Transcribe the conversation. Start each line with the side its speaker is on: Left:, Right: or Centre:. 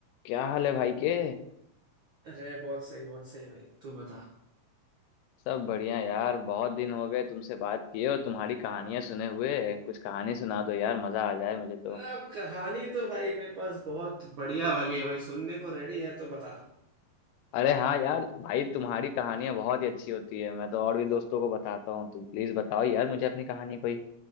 Left: क्या हाल है भाई के
Right: अरे बहुत सही बहुत सही भाई तू बता
Left: सब बढ़िया यार बहुत दिन हो गए तुमसे बात किए और तुम्हारी कहानियां सुने हुए कुछ कहानी सुना दो यार मजा आ जाए मुझे तो
Right: अब कहानी तो भाई मेरे पास बहुत बढ़िया वाली है भाई सुनने को रेडी है तो बता
Left: अरे हाँ यार भाई तुम्हारी कहानियां बहुत ही अच्छी होती है मैं तो और भी दोस्तों को बताता हूँ तुम प्लीज बताओ यार मुझे अपनी कहानी कोई